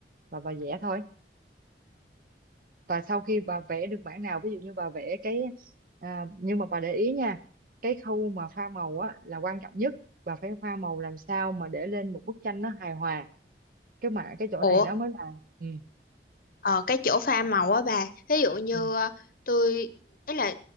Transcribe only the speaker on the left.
Ủa
ờ, cái chỗ pha màu á bà ví dụ như
ờ, tôi ấy là